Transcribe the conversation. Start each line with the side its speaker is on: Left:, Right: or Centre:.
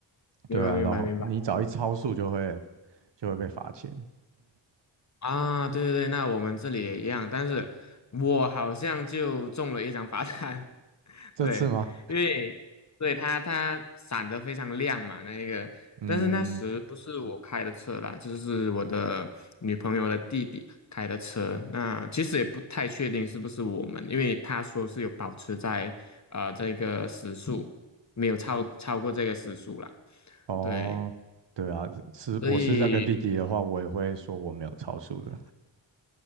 Left: 明白明白明白
Right: 对啊，然后你只要一超速就会就会被罚钱。
Left: 啊，对对对，那我们这里也一样，但是我好像就中了一张罚单，对，
Right: 这次吗？
Left: 因为对它它闪得非常亮嘛，那一个，
Right: 嗯，
Left: 但是那时不是我开的车啦，就是我的女朋友的弟弟开的车。那其实也不太确定是不是我们，因为他说是有保持在啊这个时速，没有超超过这个时速啦。
Right: 哦，
Left: 对，
Right: 对啊，是我是那个弟弟的话，
Left: 所以
Right: 我也会说我没有超速的。